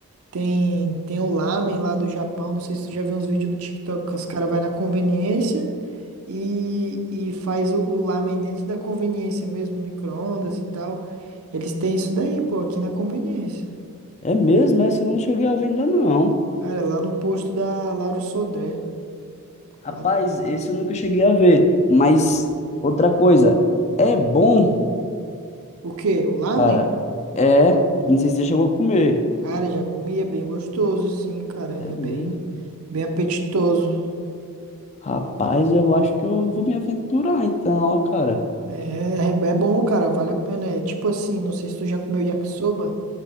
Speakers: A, on the right; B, on the left.
A: Tem, tem o lamen lá do Japão, não sei se tu já viu uns vídeos no TikTok que os caras vai na conveniência. e, e faz o, o lamen dentro da conveniência mesmo, micro-ondas e tal. Eles têm isso daí, pô, aqui na conveniência.
B: É mesmo, essa eu não cheguei a ver ainda não.
A: Cara, lá no posto da Lauro Sodré.
B: Rapaz,
A: Lá-
B: esse eu nunca cheguei a ver. Mas outra coisa, é bom,
A: o quê? O lamen?
B: cara. É, não sei se você chegou a comer.
A: Cara, já comia bem gostoso, sim, cara. É
B: É mesmo.
A: bem, bem apetitoso.
B: Rapaz, eu acho que eu vou me aventurar então, ó, cara.
A: É, é é bom, cara, vale a pena. É tipo assim, não sei se tu já comeu yakisoba.